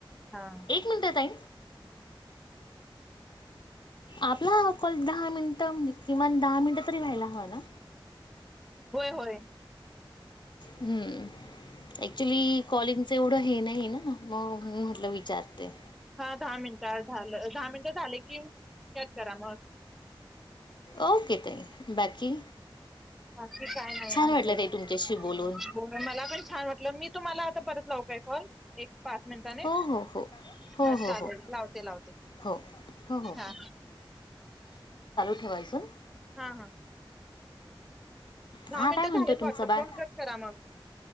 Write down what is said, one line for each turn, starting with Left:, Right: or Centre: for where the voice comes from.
Centre: हां.
Left: एक मिनिट ताई आप हा कॉल दहा मिनिटं किमान दहा मिनिटं तरी व्हायला हवा ना
Centre: होय होय
Left: हम्म अक्चुली कॉलिंगचं एवढं हे नाही ना मग ला विचारते
Centre: हा दहा मिनिट झालं दहा मिनिट झाले की कट करा मग
Left: ओके ताई बाकी
Centre: बाकी काय नाही
Left: छान
Centre: आहे
Left: वाटलं
Centre: बघा
Left: ताई तुमच्याशी बोलून
Centre: मला पण छान वाटलं मी तुम्हाला आता परत लावू काय कॉल एक पाच मिनटाने,
Left: हो हो हो हो
Centre: हा
Left: हो
Centre: चालेल
Left: हो
Centre: लावते लावते
Left: हो हो हो
Centre: हा
Left: ठेव अजून
Centre: हा हा दहा
Left: हां
Centre: मिनिटं
Left: काय म्हणतो
Centre: झालेच
Left: तुमचं
Centre: वाटत
Left: बाळ
Centre: फोन कट करा मग